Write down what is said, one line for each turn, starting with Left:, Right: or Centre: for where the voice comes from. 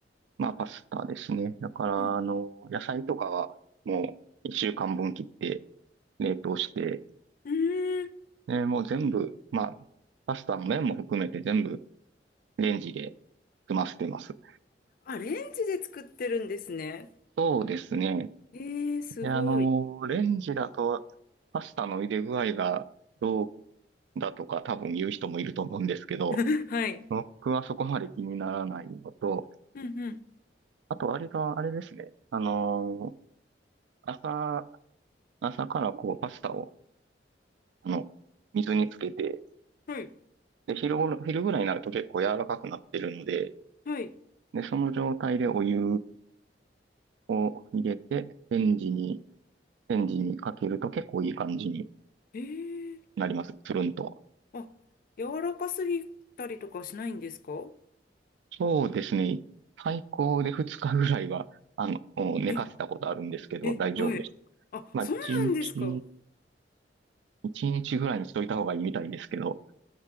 Right: まあ、パスタですね。だから、
Left: うん。
Right: あの、野菜とかはもう一週間分切って冷凍して、
Left: うーん、
Right: で、もう全部、まあ、パスタの麺も含めて全部レンジで済ませてます。
Left: アレンジで作ってるんですね。
Right: そうですね。
Left: えー、すごい。
Right: で、あの、レンジだと、パスタの茹で具合がどうだとか多分言う人もいると思うんですけど、
Left: <laughs> はい。
Right: 僕はそこまで気にならないのと、
Left: うんうん。
Right: あとあれが、あれですね。あの、朝、朝からこうパスタを、あの、水につけて、
Left: はい、
Right: で、昼ごろ、昼ぐらいになると結構柔らかくなってるので、
Left: はい。
Right: で、その状態でお湯を入れて、レンジに、レンジにかけると結構いい感じに
Left: えー、
Right: なります。つるんと。
Left: あ、柔らかすぎたりとかしないんですか
Right: そうですね。最高で2日ぐらいは、あの、うん寝かせたことあるんですけど、
Left: え、え、
Right: 大丈夫です。
Left: はい。あ、
Right: まあ、
Left: そうなんですか。
Right: 1日、
Left: そ
Right: 1日ぐらいにしといた方がいいみたいですけど、